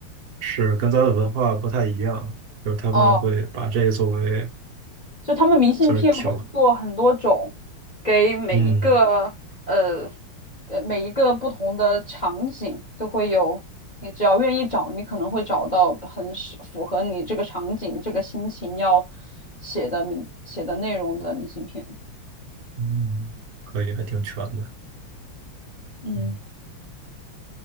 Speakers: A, on the right (about 50°); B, on the left (about 25°).
A: 是跟咱的文化不太一样，就是他们会把这个作为
B: 哦。就他们明信片会做很多种，
A: 算是调，
B: 给每一个呃
A: 嗯
B: 呃每一个不同的场景都会有，你只要愿意找，你可能会找到很适符合你这个场景、这个心情要写的明写的内容的明信片。
A: 嗯，可以，还挺全的，
B: 嗯，
A: 嗯